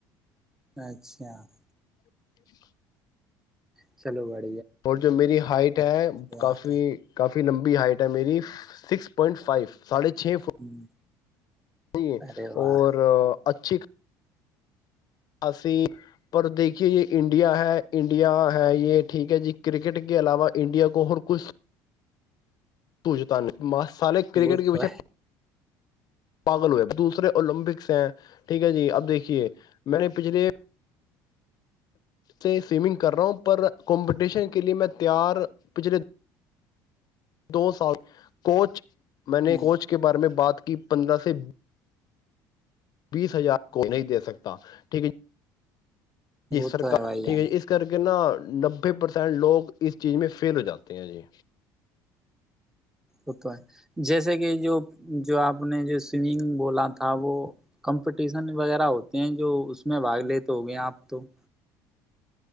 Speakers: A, in the centre; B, on the left.
A: اچھا <unintelligible>
B: <inaudible>
A: سلوا <unintelligible>
B: اور جو میری ہائٹ ہے
A: بات
B: کافی
A: ہے
B: کافی لمبی ہائٹ ہے میری سکس پوائنٹ فائیف <unintelligible> ساڑھے چھ فٹ <unintelligible>
A: ہ
B: ج
A: ارے واہ
B: اورچ <unintelligible> ٹھ <unintelligible> سی پر دیکھیے یہ انڈیا ہے انڈیا ہے یہ ٹھیک ہے جی کرکٹ کے علاوہ انڈیا کو اور کچھ پوجتا نہیں <unintelligible> سالے کرکٹ
A: وہ
B: کے
A: تو
B: وچھے <unintelligible> پاگل ہوئے دوسرے اولمپکس ہیں ٹھیک ہے جی اب دیکھیے میں نے پچھلے سے سوئمنگ کر رہا ہوں پر کمپٹیشن کے لیے میں تیار پچھلے <unintelligible> دو سال کوچ <unintelligible> میں
A: ہے
B: نے کوچ کے بارے میں بات کہ پندرہ سے <inaudible> بیس ہزار کو نہیں دے سکتا ٹھیک ہے <inaudible> جی
A: وہ
B: سرکار
A: تو بھائی
B: ٹھیک
A: جان
B: ہے جی اس کر کے نہا <inaudible> نبے پرسینٹ لوگ اس چیز میں فیل ہو جاتے ہیں جی
A: ہوتا ہے جیسے کہ جو جو آپ نے جو سوئمنگ بولا تھا وہ کمپٹیشن وغیرہ ہوتا جو اس میں بھاگ لیتے <inaudible> تو ہو گئے آپ تو <inaudible>